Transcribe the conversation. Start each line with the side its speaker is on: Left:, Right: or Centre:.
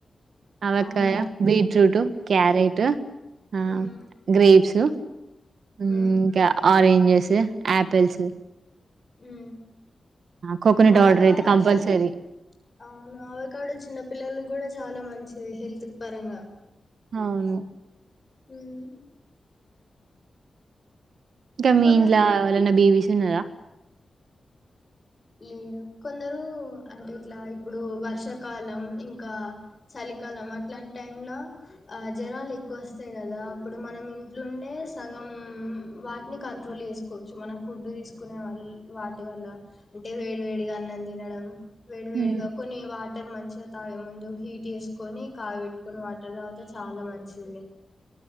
Right: అవకాయ,
Left: అవును
Right: బీట్రూటు, క్యారెట ఆ
Left: ఉమ్
Right: గ్రేప్సు ఇంకా
Left: ఉమ్
Right: ఆరెంజెస ఆపిల్స్
Left: ఊ
Right: కోకోనట్
Left: అవకాడో
Right: వాటర్ అయితే కంపల్సరీ
Left: చిన్ ఆ అవకాడో చిన్న పిల్లలకు కూడా చాలా మంచ్ హెల్తుక్ పరంగా
Right: అవును
Left: హ్మ
Right: ఇంకా మీ
Left: కొందరు
Right: ఇంట్లా ఎవరన్నా బీవీస్ తిన్నర
Left: లేరు కొందరు అంటే ఇట్లా ఇప్పుడు వర్షాకాలం ఇంకా చలికాలం అట్లాంటి టైమ్ ల ఆ జ్వరాలు ఎక్కువ వస్తాయి కదా అప్పుడు మనం ఇంట్లుండే సగం వాటిని కంట్రోల్ చేసుకు కొంచెం మన ఫుడ్ తీసుకునే వాళ్ళు వాటి వల్ల అంటే వేడి వేడిగా అన్నం తినడం వేడి వేడిగా
Right: ఉమ్.
Left: కొన్ని వా టే మంచిగా తాగె ముందు హీట్ చేసుకొని కాగ పెట్టుకొని వాటర్ తాగితే చాన మంచిది